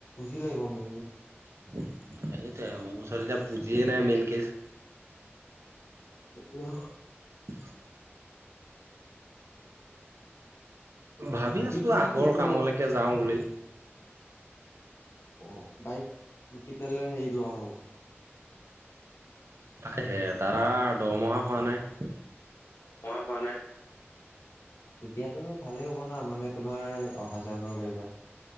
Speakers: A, on the left (about 75°); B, on the right (about 80°).
A: জিলে গ'মি
B: সেইটোয়ে মোৰ ওচৰত এতিয়া বুজিয়ে নাই মেইন কেচ
A: উ উম
B: <inaudible> ভাবি
A: বাকী
B: আছো
A: তোমাৰ
B: আগৰ
A: কি এইটো
B: কামলৈকে যাওঁ বুলি
A: অ বাইক কেতিয়ালৈ হেৰি লোৱা হ'ব
B: তাকে সে দাদা দৰমহা হোৱা নাই
A: োৱা নাই এতিয়াতো ভালেই হ'ব ন মানে তোমাৰ অহা যোৱা কৰিব পাৰিবা